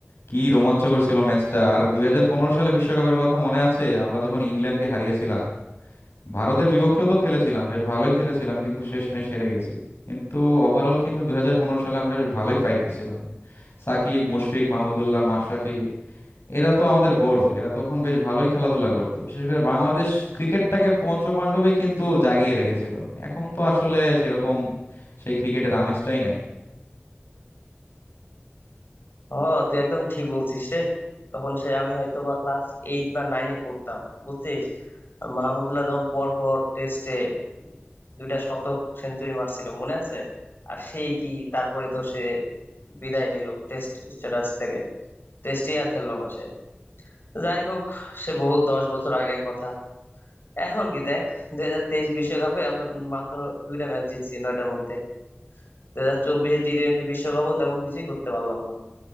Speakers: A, on the left (about 75°); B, on the left (about 60°).
A: কি রোমাঞ্চকর ছিল ম্যাচটা আর দুই হাজার পনেরো সালে বিশ্বকাপের কথা মনে আছে আমরা যখন ইংল্যান্ডকে হারিয়েছিলাম ভারতের বিপক্ষেও তো খেলেছিলাম বেশ ভালোই খেলেছিলাম কিন্তু শেষমেশ হেরে গেছি কিন্তু ওভারঅল কিন্তু দুই হাজার পনেরো সালে আমরা বেশ ভালোই ফাইট দিছিলাম সাকিব মুশফিক মাহমুদুল্লাহ মাশরাফি এরা তো আমাদের গর্ব এরা তখন বেশ ভালোই খেলাধুলা করতো বিশেষ করে বাংলাদেশ ক্রিকেটটাকে পঞ্চপাণ্ডবই কিন্তু জাগিয়ে রেখেছিল এখন তো আসলে সেরকম সেই ক্রিকেটের আমেজটাই নাই
B: ও তুই একদম ঠিক বলছিস রে তখন সে আমি হয়তো বা ক্লাস এইট বা নাইনে পড়তাম বুঝছিস আর মাহমুদুল্লাহ তখন পর পর টেস্টে দুইটা শতক সেঞ্চুরি মারছিল মনে আছে আর সেই কি তারপরে তো সে বিদায় নিল টেস্ট স্ট্যাটাস থেকে টেস্টই আর খেললো না সে যাই হোক সে বহু দশ বছর আগের কথা এখন কি দেখ দুই হাজার তেইশ বিশ্বকাপে আমরা মাত্র দুইটা ম্যাচ জিতছি নয়টার মধ্যে দুই হাজার চব্বিশে টি টোয়েন্টি বিশ্বকাপও তেমন কিছুই করতে পারলাম না